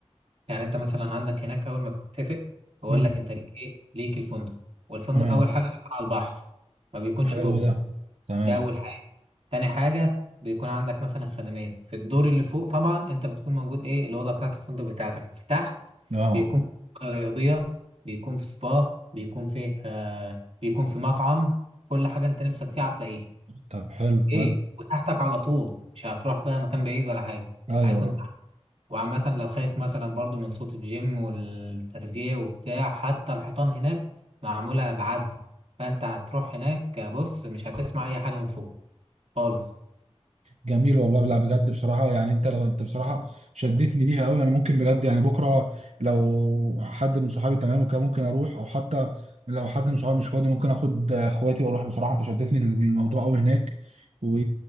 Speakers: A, on the right; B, on the right.
A: يعني انت مثلا عندك هناك اول ما بتتفق بقول
B: مم.
A: لك انت ليك ايه ليك الفندق والفندق
B: تمام
A: اول حاجه بيكون على البحر ما بيكونش
B: حلو
A: جوه
B: ده تمام
A: ده اول حاجه تاني حاجه بيكون عندك مثلا خدمات في الدور اللي فوق طبعا انت بتكون موجود ايه الاوضه بتاعت الفندق بتاعتك في تحت
B: اه
A: بيكون في منطقة رياضيه بيكون في سبا بيكون في آه بيكون في مطعم كل حاجه انت نفسك فيها هتلاقيها
B: طب حلو
A: ايه
B: حلو
A: وتحتك على طول مش هتروح بقى مكان بعيد ولا حاجه
B: ايوه
A: هيكون وعامة لو خايف مثلا برضو من صوت الجيم والترزيع وبتاع حتى الحيطان هناك معمولة بعزل فانت هتروح هناك بص مش هتسمع اي حاجة من فوق خالص
B: جميل والله لا بجد بصراحة يعني انت لو انت بصراحة شدتني ليها قوي انا ممكن بجد يعني بكرة لو حد من صحابي تمام وكده ممكن اروح او حتى لو حد من صحابي مش فاضي ممكن اخد اخواتي واروح بصراحة انت شدتني للموضوع قوي هناك و...